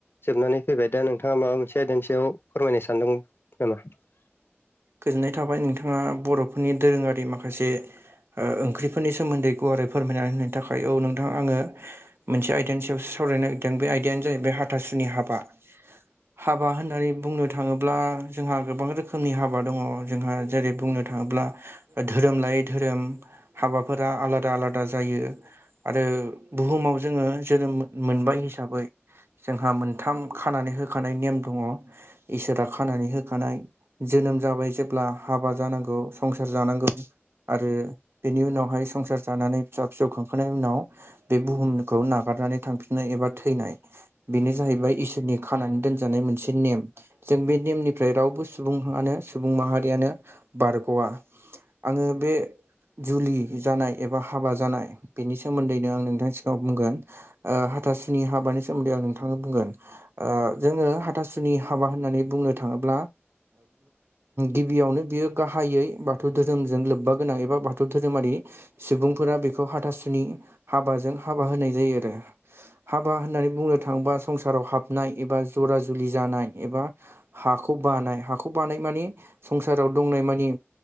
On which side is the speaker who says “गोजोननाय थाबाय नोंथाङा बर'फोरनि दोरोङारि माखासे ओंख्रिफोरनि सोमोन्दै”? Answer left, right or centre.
Right